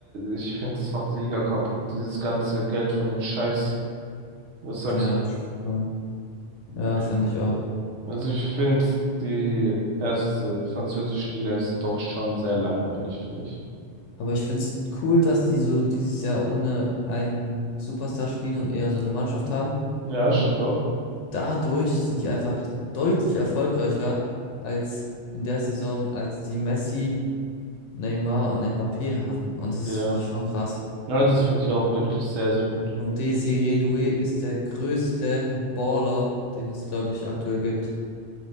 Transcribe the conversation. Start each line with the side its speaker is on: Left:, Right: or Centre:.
Right: ich finde, das macht die Liga kaputt, dieses ganze Geld von den Scheichs. Was sagst
Left: Ja,
Right: du?
Left: schon. Ja,
Right: Ja, keine
Left: finde
Right: Ahnung.
Left: ich auch.
Right: Also ich finde, die erste französische Liga ist doch schon sehr langweilig, finde ich.
Left: Aber ich finde es cool, dass die so dieses Jahr ohne einen Superstar spielen und eher so eine Mannschaft haben.
Right: Ja,
Left: Und
Right: stimmt doch.
Left: dadurch sind die einfach deutlich erfolgreicher als in der Saison, als die Messi, Neymar und Mbappé hatten. Und das
Right: Ja.
Left: finde ich schon krass.
Right: Ja, das finde ich auch wirklich sehr, sehr gut.
Left: Und Desiree Doué ist der größte Baller, den es, glaube ich, aktuell gibt.